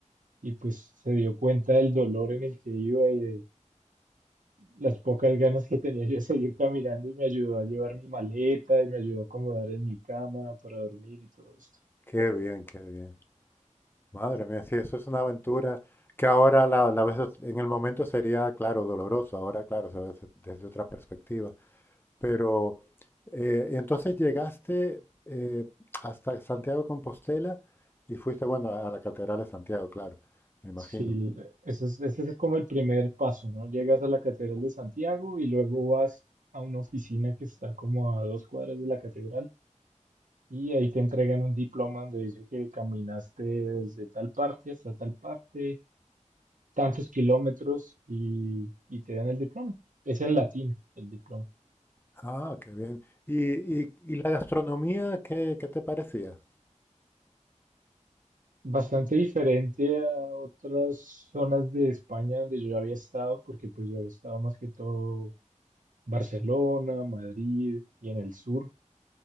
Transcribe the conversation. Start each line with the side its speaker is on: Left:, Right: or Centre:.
Right: y pues se dio cuenta del dolor en el que iba y de las pocas ganas que tenía yo de seguir caminando y me ayudó a llevar mi maleta y me ayudó a acomodar en mi cama para dormir y todo esto.
Left: Qué bien, qué bien. Madre mía, sí, eso es una aventura que ahora la, la ves en el momento sería, claro, doloroso. Ahora, claro, se ve desde desde otra perspectiva. Pero, eh, y entonces llegaste eh, hasta Santiago de Compostela y fuiste, bueno, a, a la Catedral de Santiago, claro, me imagino.
Right: Sí, ese es, ese es como el primer paso, ¿no? Llegas a la Catedral de Santiago y luego vas a una oficina que está como a dos cuadras de la catedral y ahí te entregan un diploma donde dice que caminaste desde tal parte hasta tal parte, tantos kilómetros y, y te dan el diploma. Es en latín el diploma.
Left: Ah, qué bien. ¿Y, y- y la gastronomía, qué, qué te parecía?
Right: Bastante diferente a otras zonas de España donde yo había estado, porque pues yo he estado más que todo Barcelona, Madrid y en el sur,